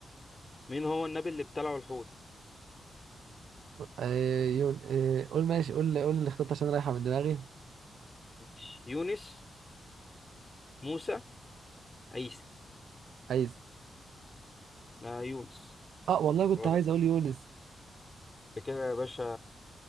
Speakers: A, on the left; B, on the right.
A: مين هو النبي اللي ابتلعه الحوت؟
B: ايه يون- إيه، قول ماشي قول قول اللي اخترت عشان رايحة من دماغي
A: ماشي. يونس موسى عيسى
B: عايز
A: آه يونس
B: اه والله كنت
A: غلط
B: عايز اقول يونس
A: انت كده يا باشا